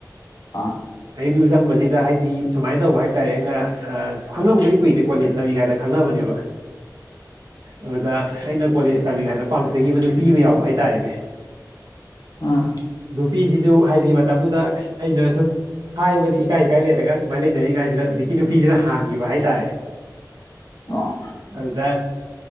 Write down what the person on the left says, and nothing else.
ꯑꯥ꯫
<inaudible>
ꯑꯥ
ꯑꯣ꯫